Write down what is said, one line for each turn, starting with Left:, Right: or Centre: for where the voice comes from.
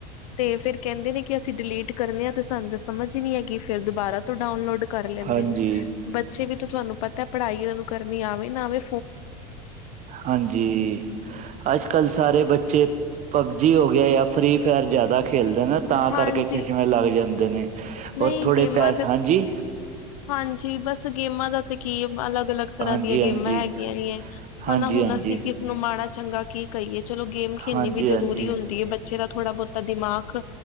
Left: ਤੇ ਫ਼ਿਰ ਕਹਿੰਦੇ ਨੇ ਕਿ ਅਸੀਂ ਡਿਲੀਟ ਕਰਨੇ ਹਾਂ ਤੇ ਸਾਨੂੰ ਤਾਂ ਸਮਝ ਨੀ ਹੈਗੀ ਫਿਰ ਦੁਬਾਰਾ ਤੋਂ ਡਾਊਨਲੋਡ ਕਰ ਲੈਂਦੇ
Right: ਹਾਂਜੀ,
Left: ਨੇ ਬੱਚੇ ਵੀ ਤਾਂ ਤੁਹਾਨੂੰ ਪਤਾ ਪੜ੍ਹਾਈ ਉਹਨਾਂ ਨੂੰ ਕਰਨੀ ਆਵੇ ਨਾ ਆਵੇਂ
Right: ਹਾਂਜੀ ਅੱਜ ਕੱਲ ਸਾਰੇ ਬੱਚੇ ਪਬਜੀ ਹੋ ਗਿਆ ਜਾਂ ਫ੍ਰਰੀ ਫਾਇਰ ਜ਼ਿਆਦਾ ਖੇਲਦੇ ਨੇ ਤਾਂ
Left: ਹਾਂਜੀ
Right: ਕਰਕੇ ਚਸ਼ਮੇ ਲੱਗ ਜਾਂਦੇ ਨੇ
Left: ਨਹੀਂ
Right: ਹੋਰ ਥੋੜੇ
Left: ਗੇਮਾਂ
Right: ਪੈਸ
Left: ਤੇ
Right: ਹਾਂਜੀ
Left: ਹਾਂਜੀ ਬਸ ਗੇਮਾਂ ਦਾ ਤੇ ਕੀ ਹੈ ਅਲੱਗ-ਅਲੱਗ ਤਰ੍ਹਾਂ
Right: ਹਾਂਜੀ,
Left: ਦੀਆਂ
Right: ਹਾਂਜੀ,
Left: ਗੇਮਾਂ ਹੈਗੀਆਂ ਨੇ
Right: ਹਾਂਜੀ,
Left: ਹਨਾ ਹੁਣ
Right: ਹਾਂਜੀ,
Left: ਅਸੀਂ
Right: ਹਾਂਜੀ,
Left: ਕਿਸ ਨੂੰ ਮਾੜਾ ਚੰਗਾ ਕੀ ਕਹੀਏ ਚਲੋ ਗੇਮ ਖੇਲਣੀ
Right: ਹਾਂਜੀ
Left: ਵੀ ਜਰੂਰੀ ਹੁੰਦੀ ਹੈ ਬੱਚੇ ਦਾ ਥੋੜ੍ਹਾ ਬਹੁਤਾ ਦਿਮਾਗ